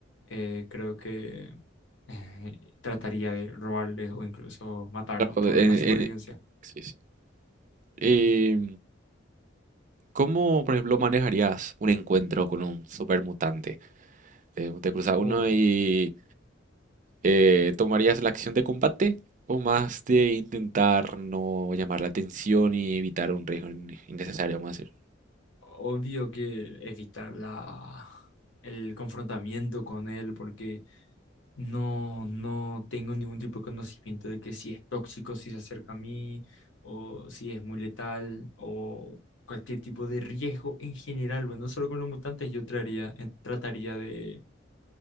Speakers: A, on the left (about 70°); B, on the right (about 40°).
A: eh, creo que eh, trataría de robarles o incluso matarlos
B: Claro,
A: por
B: en-
A: la supervivencia.
B: en- sí, sí. Eh, ¿cómo, por ejemplo, manejarías un encuentro con un supermutante? Eh, ¿Te cruzas
A: Obvio,
B: uno y eh, tomarías la acción de combate? ¿O más de intentar no llamar la atención y evitar un riesgo in- innecesario, vamos a decir?
A: obvio que evitar la, el confrontamiento con él porque no, no tengo ningún tipo de conocimiento de que si es tóxico, si se acerca a mí o si es muy letal o cualquier tipo de riesgo en general. Bueno, no solo con los mutantes, yo traería, eh, trataría de,